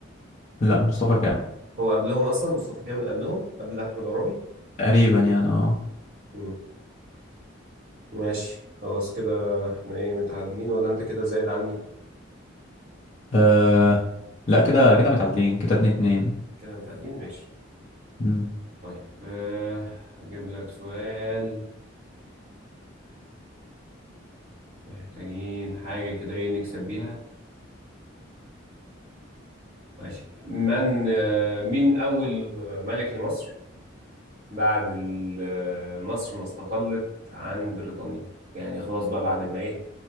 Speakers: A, on the left; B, on the right.
A: لا مصطفى كامل
B: هو قبلهم أصلا مصطفى كامل قبلهم قبل أحمد عرابي
A: تقريبا يعني اه
B: مم. ماشي خلاص كده احنا ايه متعادلين ولا انت كده زايد عني
A: آه، لا كده كده متعادلين كده اتنين اتنين
B: كده متعادلين ماشي
A: مم.
B: طيب آه، هجيب لك سؤال محتاجين حاجة كده ايه نكسب بيها ماشي من آه، مين أول ملك لمصر بعد ال- آه، مصر ما استقلت عن بريطانيا يعني خلاص بقى بعد ما ايه